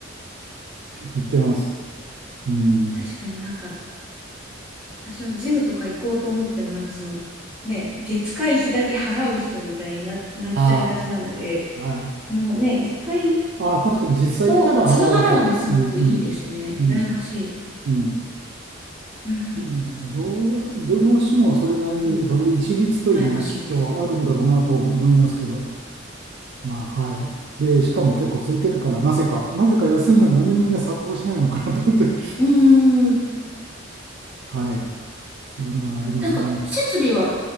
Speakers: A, on the right; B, in the centre.
A: 行ってます。うん、
B: 確かになんか、私もジムとか行こうと思っても、なんかその、ね、月会費だけ払う人みたいにな、なっちゃいがちなので、
A: あー
B: そのね、一回、
A: あー、確かに実際行ったら払うと。
B: 都度、都度払うのすごくいいですね。
A: うんうんうん
B: 羨ましい。
A: うん
B: うん、
A: うんどう、どの種もそれなりにその一律というのがきっとあるんだろうなと思いますけど、
B: いい。羨ましいです。
A: まあはい。で、しかも結構空いてるからなぜか、なぜか安いのになんでみんな殺到しないのかなと思って、
B: うーん。
A: はい。そういうのがありますね。
B: なんか、設備は